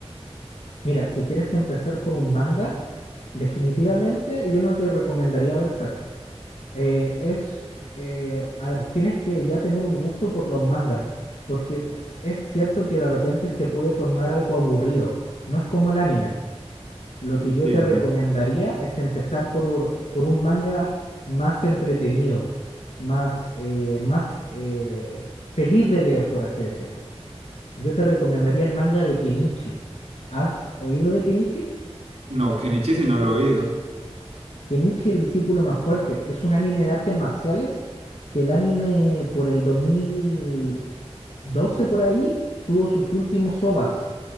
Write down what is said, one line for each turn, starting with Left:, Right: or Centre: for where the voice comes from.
Left: Mira, si quieres empezar por un manga, definitivamente yo no te recomendaría Berserk. Eh, es, eh, a ver, tienes que ya tener un gusto por los mangas, porque es, es cierto que de repente se puede tornar algo aburrido. No es como el anime. Lo
Right: Entiendo.
Left: que yo te recomendaría es empezar por, por un manga más entretenido, más, eh, más eh, feliz de leer, por así decirlo. Yo te recomendaría el manga de Kenichi. ¿Has oído de Kenichi?
Right: No, Kenichi sí no lo he oído.
Left: Kenichi el discípulo más fuerte es un anime de artes marciales que el anime por el 2012 por ahí tuvo sus últimos OVAs,